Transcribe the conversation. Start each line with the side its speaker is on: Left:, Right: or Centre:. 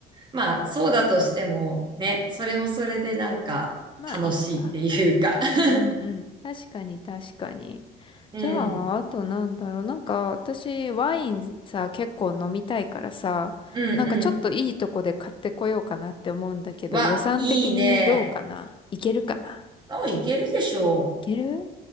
Right: う。まあ、そうだとしても、ね、それもそれでなんか楽しいっていうか。
Left: まあ、いいか。うんうんう
Right: <laughs>
Left: ん。確かに確かに。
Right: うん。
Left: じゃあ、あとなんだろう。なんか、私、ワインさ、結構飲みたいからさ、
Right: うんう
Left: なんかちょっといいとこで買ってこようかなって思うんだけど、
Right: ん。わ、
Left: 予算的にどうかないけるかな
Right: いいね。あ、いけるでしょう。
Left: いける